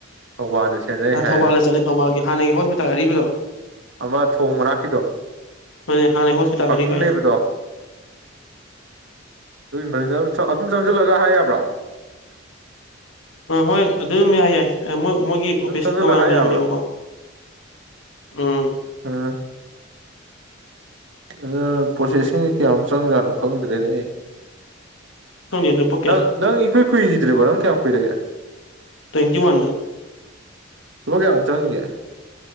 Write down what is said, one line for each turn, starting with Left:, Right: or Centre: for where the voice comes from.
Right: ꯊꯧꯕꯥꯜꯗ ꯁꯦꯝꯅꯩ
Left: ꯑꯥ
Right: ꯍꯥꯏꯌꯦꯕ
Left: ꯊꯧꯕꯥꯜꯗ ꯆꯠꯂꯦ ꯊꯧꯕꯥꯜꯒꯤ ꯍꯥꯟꯅꯒꯤ ꯍꯣꯁꯄꯤꯇꯥꯜꯗ ꯑꯔꯤꯕꯗꯣ
Right: ꯑꯃ ꯊꯣꯡ ꯃꯅꯥꯛꯀꯤꯗꯣ
Left: ꯍꯣꯢꯅꯦ ꯍꯥꯟꯅꯩ ꯍꯣꯁꯄꯤꯇꯥꯜ
Right: ꯄꯥꯔꯀꯤꯡ
Left: ꯑꯔꯤꯕ ꯍꯥꯢꯁꯦ
Right: ꯂꯩꯕꯗꯣ ꯑꯗꯨꯒꯤ ꯃꯅꯤꯡꯗ ꯑꯗꯨꯝ ꯆꯪ ꯆꯪꯖꯜꯂꯒ ꯍꯥꯏ ꯌꯥꯕ꯭ꯔꯣ
Left: ꯑꯥ ꯍꯣꯏ ꯑꯗꯨꯝ ꯌꯥꯏ ꯌꯥꯏ ꯃꯣꯏ ꯃꯣꯏꯒꯤ ꯑꯣꯐꯤꯁ
Right: ꯑꯗꯨꯝ ꯆꯪꯁꯤꯜꯂ
Left: ꯇꯣꯉꯥꯟꯅ
Right: ꯍꯥꯏ
Left: ꯂꯩꯕꯅꯦꯕꯀꯣ
Right: ꯌꯥꯕ꯭ꯔꯥ
Left: ꯎꯝ
Right: ꯑ ꯑꯥ ꯄ꯭ꯔꯣꯁꯦꯁꯤꯡꯁꯦ ꯀꯌꯥꯃꯨꯛ ꯆꯪꯖꯥꯠꯅꯣ ꯈꯪꯗ꯭ꯔꯦꯅꯦ ꯑꯩ
Left: ꯈꯪꯗ‌ꯦ ꯅꯨꯄꯥ
Right: ꯅꯪ ꯅꯪ ꯏꯀꯨꯏ ꯀꯨꯏꯈꯤꯗ꯭ꯔꯤꯕ ꯅꯪ ꯀꯌꯥꯝ ꯀꯨꯏꯔꯒꯦ
Left: ꯇ꯭ꯋꯦꯟꯤ ꯋꯥꯟꯗ
Right: ꯂꯄꯥ ꯀꯌꯥꯃꯨꯛ ꯆꯪꯒꯤꯒꯦ